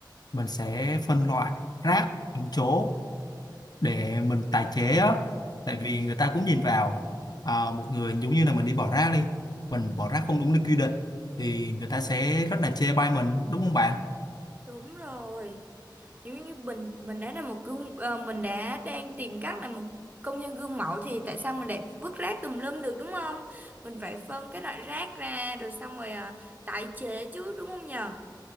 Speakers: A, on the left; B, on the right.
A: mình sẽ phân loại rác đúng chỗ để mình tái chế á tại vì người ta cũng nhìn vào à, một người giống như là mình đi bỏ rác đi mình bỏ rác không đúng nơi quy định thì người ta sẽ rất là chê bai mình đúng không bạn
B: đúng rồi giống như mình mình đã là một gương ờ, mình đã đang tìm cách là một công dân gương mẫu thì tại sao mình lại vứt rác tùm lum được đúng không mình phải phân cái loại rác ra rồi xong rồi à, tái chế chứ đúng không nhờ